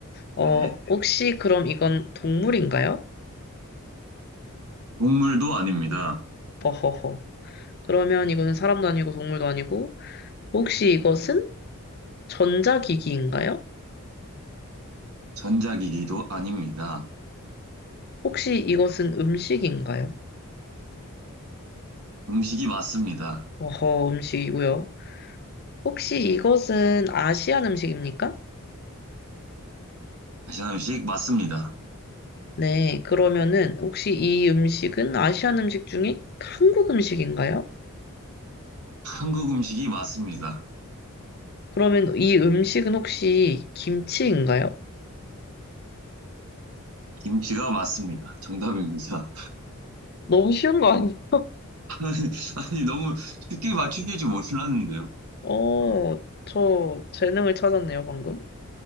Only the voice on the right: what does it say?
네,
동물도 아닙니다.
전자기기도 아닙니다.
음식이 맞습니다.
아시안 음식 맞습니다.
한국 음식이 맞습니다.
김치가 맞습니다. 정답입니다.
<laughs> 아니, 아니, 너무 쉽게 맞추실 줄 몰랐는데요.
어,